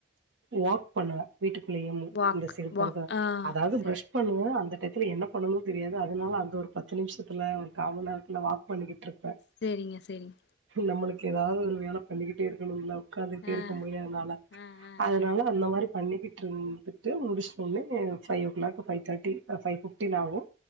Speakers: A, on the right (about 80°); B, on the left (about 60°).
A: வாக் பண்ணுவே வீட்டுக்குள்ளேயேமு
B: வாக்
A: இந்த செறுப்போட
B: வாக்
A: தா
B: ஆ
A: அதும்
B: சரி
A: பிரஷ் பண்ணுவே அந்த டயத்துல என்ன பண்ணணும் தெரியாது அதனால அந்த ஒரு பத்து நிமிசத்துல ஒரு காமணிநேரத்துல வாக் பண்ணிக்கிட்டு இருப்பே
B: சேரிங்க சேரிங்க
A: நம்மளுக்கு எதாவது ஒரு வேல பண்ணிக்கிட்டே இருக்கணும்ல ஒக்காந்து கிட்டே
B: ஆ
A: இருக்க முடியாதுனால
B: ஆ ஆ
A: அதனால
B: ஆ
A: அந்த மாரி பண்ணிக்கிட்டு இருந்துட்டு முடிச்சோன்னே ஃபவ் ஓ கிளாக் ஃபவ் தேட்டி ஃபை ஃபிப்டின் ஆகும்